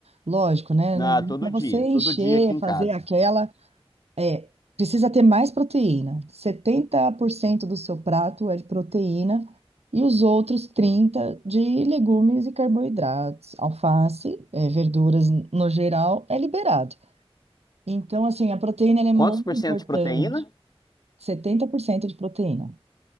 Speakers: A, on the right (about 85°); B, on the left (about 40°).
A: Lógico, né?
B: Ah,
A: Não é
B: todo
A: para
B: dia,
A: você encher,
B: todo dia aqui em
A: fazer
B: casa.
A: aquela. É, precisa ter mais proteína. 70% do seu prato é de proteína e os outros 30% de legumes e carboidratos. Alface, é, verduras no geral, é liberado. Então, assim, a proteína ela é muito
B: Quantos por
A: importante.
B: cento de proteína?
A: 70% de proteína.